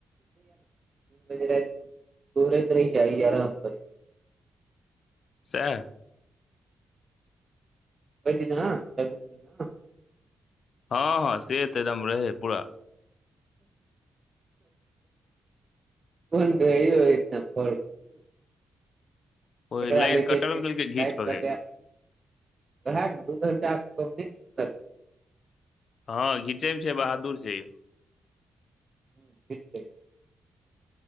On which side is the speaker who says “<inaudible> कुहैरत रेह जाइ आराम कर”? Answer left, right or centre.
Right